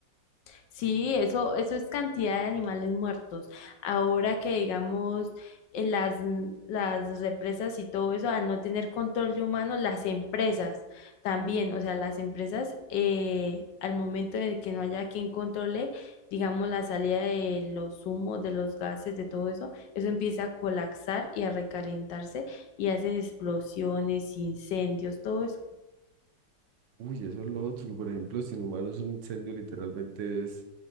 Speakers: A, on the left; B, on the right.
A: Sí, eso, eso es cantidad de animales muertos. Ahora que digamos eh, las, mm, las represas y todo eso, al no tener control de humanos, las empresas también, o sea, las empresas eh, al momento de que no haya quien controle, digamos, la salida de los humos, de los gases, de todo eso, eso empieza a colapsar y a recalentarse y hacen explosiones, incendios, todo eso.
B: Uy, eso es lo otro, que por ejemplo, sin humanos un incendio literalmente es,